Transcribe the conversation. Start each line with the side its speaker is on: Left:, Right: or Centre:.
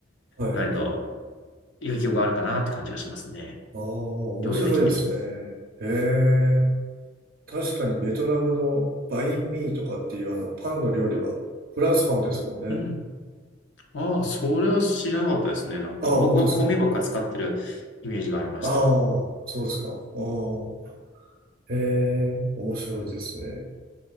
Right: い。
Left: ないと影響があるかなって感じがしますね。
Right: ああ、面白いですね。
Left: 料理的にも。
Right: へえ。確かにベトナムのバインミーとかっていうあのパンの料理はフランスパンですもんね。
Left: うん。ああ、それは知らなかったですね。なんか僕は米ばっか使ってるイメージがありました。
Right: ああ、本当ですか。ああ、そうですか。ああ、へえ、面白いですね。